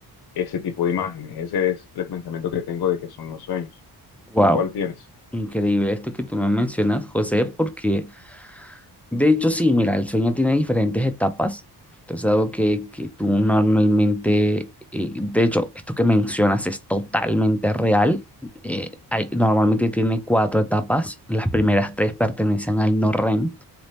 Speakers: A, on the left (about 65°); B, in the centre.
A: ese tipo de imágenes. Ese es el pensamiento que tengo de que son los sueños.
B: Wow.
A: ¿Tú cuál tienes?
B: Increíble esto que tú me mencionas, José, porque de hecho sí, mira, el sueño tiene diferentes etapas. Entonces, algo que, que tú normalmente, eh, de hecho, esto que mencionas es totalmente real. Eh, hay- normalmente tiene cuatro etapas. Las primeras tres pertenecen al no REM